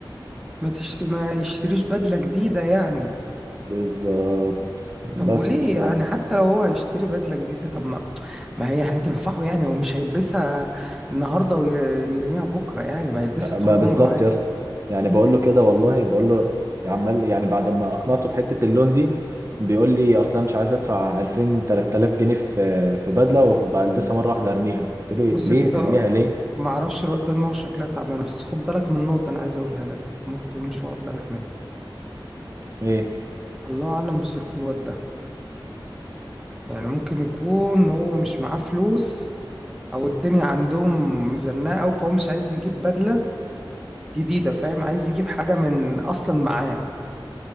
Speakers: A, in the centre; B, on the right (about 35°).
A: ما تشت... ما يشتريش بدله جديده يعني
B: بالظبط بس
A: طب وليه
B: ف
A: يعني حتى لو هو هيشتري بدله جديده طب ما ما هي يعني تنفعه يعني هو مش هيلبسها النهارده ويرميها بكره يعني ما هيلبسها
B: بقى
A: طول عمره
B: بالظبط
A: عادي
B: يا اسطى يعني بقول له كده والله بقول له عمال يعني بعد ما اقنعته في حته اللون دي بيقول لي اصلا مش عايز ادفع 2000 3000 جنيه في في بدله وبلبسها مره واحده ارميها قلت له إيه؟
A: بص
B: ليه
A: يا اسطى
B: ترميها ليه
A: ما اعرفش الواد ده دماغه شكلها تعبانه بس خد بالك من نقطه انا عايز اقولها لك ممكن تكون مش واخد بالك منها
B: ايه
A: الله اعلم بظروف الواد ده يعني ممكن يكون هو مش معاه فلوس او الدنيا عندهم مزنقه أوي فهو مش عايز يجيب بدله جديده فاهم عايز يجيب حاجه من اصلا معاه